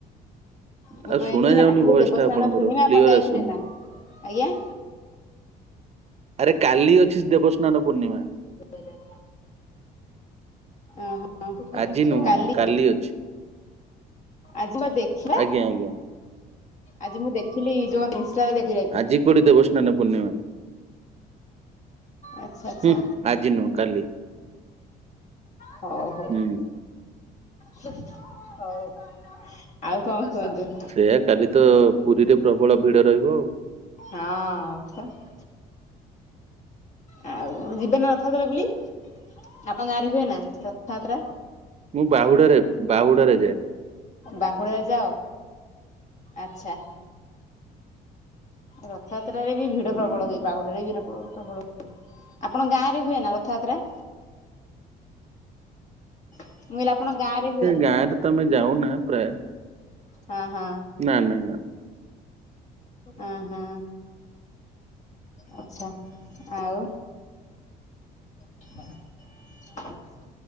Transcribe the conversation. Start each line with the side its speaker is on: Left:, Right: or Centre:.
Left: ମୁଁ
Right: ଆଉ
Left: କହନି
Right: ଶୁଣା ଯାଉନି
Left: ଆଜି
Right: ଭଏସ
Left: ତ ଦେବସ୍ନାନ
Right: ଟା ଆପଣଙ୍କର
Left: ପୂର୍ଣ୍ଣିମା
Right: କ୍ଲିୟର
Left: ଆପଣ ଯାଇଥିଲେ
Right: ଆସୁନି।
Left: ନା ଆଜ୍ଞା
Right: ଆରେ କାଲି ଅଛି ଦେବସ୍ନାନ ପୂର୍ଣ୍ଣିମା
Left: <inaudible> ଓହୋ
Right: ଆଜି ନୁହଁ
Left: କାଲି
Right: ଅଛି।
Left: ଆଜି ପା ଦେଖିବା।
Right: ଆଜ୍ଞା ଆଜ୍ଞା
Left: ଆଜି ମୁଁ ଦେଖିଲି ଯୋଉ ଇନାରେ ଦେଖି
Right: ଆଜି କୋଠି ଦେବ ସ୍ନାନ ପୂର୍ଣ୍ଣିମା
Left: ଆଚ୍ଛା ଆଚ୍ଛା।
Right: ହୁଁ ଆଜି ନୁହଁ କାଲି।
Left: ହଉ ହଉ
Right: ହୁଁ
Left: ହଉ ଆଉ କଣ କୁହନ୍ତୁ
Right: ସେଇୟା କାଲି ତ ପୁରୀରେ ପ୍ରବଳ ଭିଡ ରହିବ ଆଉ।
Left: ହଁ ଆଉ ଯିବେ ନା ରଥଯାତ୍ରା ବୁଲି ଆପଣଙ୍କ ଗାଁ ରେ ହୁଏ ନା ରଥଯାତ୍ରା
Right: ମୁଁ ବାହୁଡାରେ ବାହୁଡାରେ ଯାଏ।
Left: ବାହୁଡ଼ାରେ ଯାଅ। ଆଚ୍ଛା ରଥଯାତ୍ରାରେ ବି ଭିଡ
Right: ଉଁ,
Left: ପ୍ରବଳ ହୁଏ ବାହୁଡାରେରେ ଭିଡ଼ ପ୍ରବଳ ହଏ ଆପଣଙ୍କ ଗାଁ ରେ ହୁଏ ନା ରଥଯାତ୍ରା ମୁଁ କହିଲି ଆପଣଙ୍କ ଗାଁରେ ହୁଏନ।
Right: ଗାଁରେ ତ ଆମେ ଯାଉନା ପ୍ରାୟ
Left: ହଁ ହଁ
Right: ନା ନା ନା
Left: ଅଁ ହଁ ଆଚ୍ଛା ଆଉ <inaudible>